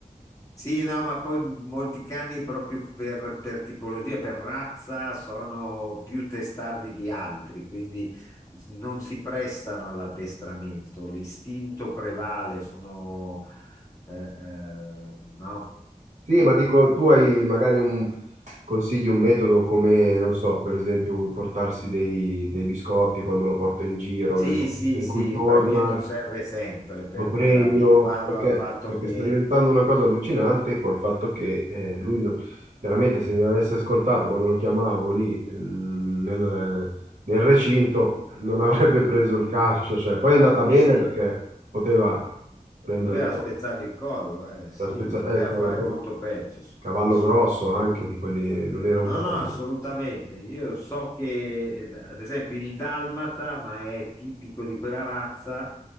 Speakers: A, on the left; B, on the right.
A: Sì, no, ma poi molti cani proprio per, per tipologia, per razza, sono più testardi di altri, quindi non si prestano all'addestramento. L'istinto prevale, sono... eh, eh, no.
B: sì, ma
A: Eh,
B: dico, tu hai magari un Consigli un metodo come, non so, per esempio, portarsi dei, dei biscotti quando lo porto in giro,
A: sì,
B: nel momento
A: sì,
B: in
A: sì,
B: cui torna,
A: il premietto serve sempre per,
B: lo premio,
A: per abituarlo
B: perché,
A: al fatto
B: perché
A: che...
B: sta diventando una cosa allucinante col fatto che eh, lui, non- chiaramente, se mi avesse ascoltato quando lo chiamavo lì mm, nel, nel recinto, non avrebbe preso il calcio. Cioè, poi è andata
A: Sì,
B: bene
A: sì,
B: perché poteva prenderlo
A: poteva spezzargli il collo, eh, sì,
B: da spezza-
A: gli poteva
B: eh, cavolo,
A: fare
B: poi-
A: molto peggio,
B: cavallo
A: assolutamente.
B: grosso anche di quelli, non era un
A: No,
B: cavallo.
A: no, assolutamente. Io so che, eh, da- ad esempio, il Dalmata, ma è tipico di quella razza,